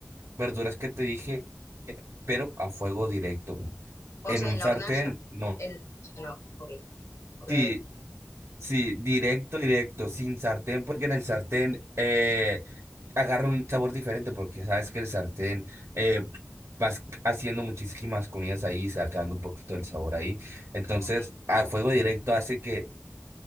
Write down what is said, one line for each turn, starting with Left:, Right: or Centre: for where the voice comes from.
Right: verduras que te dije, pero a fuego directo.
Left: O
Right: En
Left: sea,
Right: un
Left: en
Right: sartén,
Left: la hornalla.
Right: no.
Left: En... ah, No, ok, ok,
Right: Sí,
Left: ok,
Right: sí, directo, directo, sin sartén, porque en el sartén eh, agarra un sabor diferente, porque sabes que el sartén eh, vas haciendo muchísimas comidas ahí, sacando un poquito del sabor ahí. Entonces,
Left: ok,
Right: a fuego directo hace que